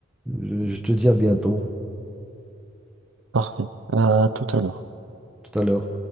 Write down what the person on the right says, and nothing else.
parfait. À tout à l'heure.